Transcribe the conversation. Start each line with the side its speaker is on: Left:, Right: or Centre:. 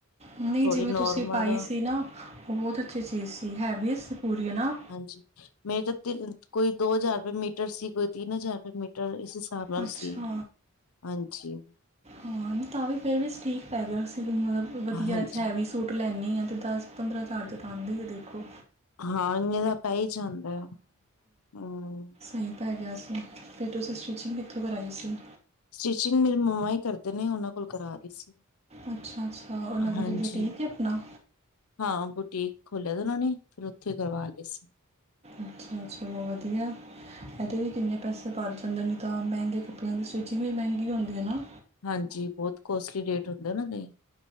Right: ਨਹੀਂ
Left: ਥੋੜੀ
Right: ਜਿਵੇਂ
Left: ਨੋਰਮਲ
Right: ਤੁਸੀਂ ਪਾਈ ਸੀ ਨਾ ਉਹ ਬਹੁਤ ਅੱਛੀ ਚੀਜ਼ ਸੀ ਹੈਵੀ ਸੀ ਪੂਰੀ ਹੈ ਨਾ
Left: ਹਾਂਜੀ, ਮੇਰੇ ਤਾਂ ਕੋਈ ਦੋ ਹਜ਼ਾਰ ਰੁਪਏ ਮੀਟਰ ਸੀ ਕੋਈ ਤਿੰਨ ਹਜ਼ਾਰ ਰੁਪਏ ਮੀਟਰ ਇਸ ਹਿਸਾਬ ਨਾਲ
Right: ਅੱਛਾ
Left: ਸੀ, ਹਾਂਜੀ
Right: ਹਾਂ ਤਾਂ ਵੀ ਫਿਰ ਵੀ ਠੀਕ ਪੈ ਗਿਆ ਸੀ ਮਤਲਬ ਵਧੀਆ
Left: ਹਾਂਜੀ
Right: 'ਚ ਹੈਵੀ ਜ ਸੂਟ ਲੈਂਦੀ ਹਾਂ ਅਤੇ ਦਸ- ਪੰਦਰਾਂ ਹਜ਼ਾਰ ਦੇ ਤਾਂ ਆਉਂਦੇ ਹੀ ਦੇਖੋ।
Left: ਹਾਂ ਇਨੇ ਤਾਂ ਪੈ ਹੀ ਜਾਂਦਾ ਆ, ਹੂੰ
Right: ਆਈ ਪੈ ਗਿਆ ਸੀ ਫਿਰ ਤੁਸੀਂ ਸਟਿਚਿੰਗ ਕਿੱਥੋਂ ਕਰਾਈ ਸੀ।
Left: ਸਟਿਚਿੰਗ ਮੇਰੇ ਮੰਮਾਂ ਹੀ ਕਰਦੇ ਨੇ ਉਹਨਾਂ ਕੋਲ ਕਰਾਂ ਲੀ ਸੀ।
Right: ਅੱਛਾ -ਅੱਛਾ ਉਹਨਾਂ ਦਾ
Left: ਹਾਂਜੀ
Right: ਕੋਈ ਬੁਟੀਕ ਹੈ ਵੀ ਆਪਣਾ।
Left: ਹਾਂ ਬੁਟੀਕ ਖੋਲਿਆ ਤੇ ਉਹਨਾਂ ਨੇ ਫਿਰ ਉੱਥੇ ਹੀ ਕਰਵਾ ਲਏ ਸੀ।
Right: ਅੱਛਾ, ਚਲੋ ਵਧੀਆ। ਇਹਦੇ ਵੀ ਕਿੰਨੇ ਪੈਸੇ ਬਚ ਜਾਂਦੇ ਨੇ ਨਹੀਂ ਤਾਂ ਮਹਿੰਗੇ ਕੱਪੜਿਆਂ ਦੀ ਸਟਿਚਿੰਗ ਵੀ ਮਹਿੰਗੀ ਹੁੰਦੀ ਹੈ ਨਾ।
Left: ਹਾਂਜੀ ਬਹੁਤ ਕੋਸਟਲੀ ਰੇਟ ਹੁੰਦੇ ਆ ਉਹਨਾ ਦੇ।